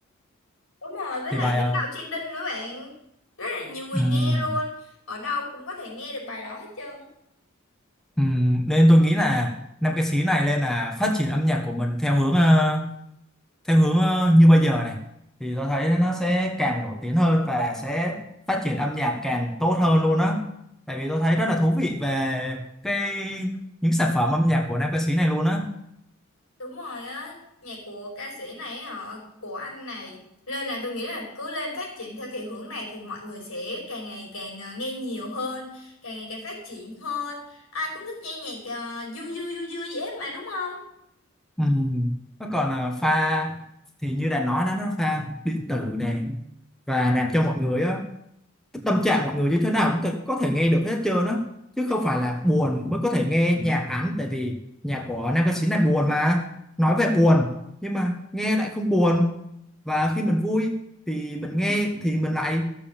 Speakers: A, on the left; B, in the centre.
A: đúng rồi với
B: thì
A: lại
B: bài
A: đứng đầu trending nữa bạn rất là nhiều người
B: uh,
A: nghe luôn ở đâu cũng có thể nghe được bài đó hết trơn
B: Ừm, nên tôi nghĩ là năm ca sĩ này lên là phát triển âm nhạc của mình theo hướng ờ, theo hướng ờ, như bây giờ này thì tôi thấy nó sẽ càng nổi tiếng hơn và sẽ phát triển âm nhạc càng tốt hơn luôn á tại vì tôi thấy rất là thú vị về cái những sản phẩm âm nhạc của nam ca sĩ này luôn á
A: Đúng rồi á, nhạc của ca sĩ này á họ của anh này nên là tôi nghĩ là cứ lên phát triển theo cái hướng này thì mọi người sẽ càng ngày càng ờ, nghe nhiều hơn, càng ngày càng phát triển hơn. Ai cũng thích nghe nhạc ờ, du du du du gì hết mà đúng không?
B: Ừm, nó còn ờ, pha thì như đã nói đó nó pha điện tử này và làm cho mọi người á tâm trạng mọi người như thế nào cũng thể- có thể nghe được hết trơn á chứ
A: Đúng
B: không
A: rồi.
B: phải là buồn mới có thể nghe nhạc hắn tại vì nhạc của nam ca sĩ này buồn mà nói về buồn nhưng mà nghe lại không buồn và khi mình vui thì mình nghe thì mình lại